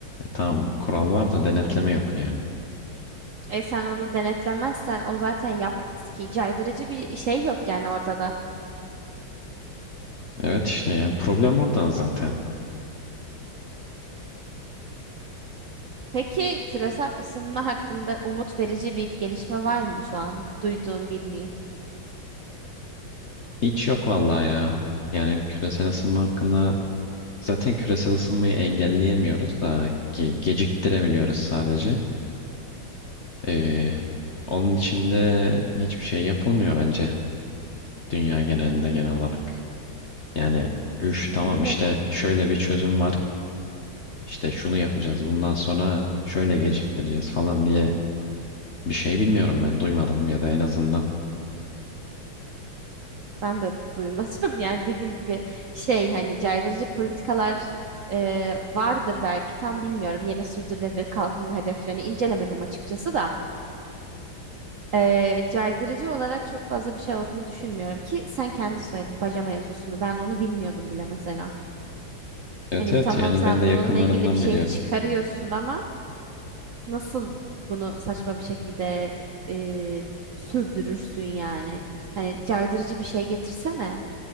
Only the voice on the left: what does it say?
E, tamam kural var da denetleme yok yani.
Evet işte yani problem oradan zaten.
Hiç yok vallahi ya. Yani küresel ısınma hakkında zaten küresel ısınmayı engelleyemiyoruz da ge- geciktirebiliyoruz sadece. E, onun için de hiçbir şey yapılmıyor bence dünya genelinde genel olarak. Yani üf
tamam işte şöyle bir çözüm var. İşte şunu yapacağız bundan sonra şöyle geciktireceğiz falan diye Bir şey bilmiyorum ben duymadım ya da en azından.
Evet
evet
yani
ben de
yakınlarımdan
biliyorum.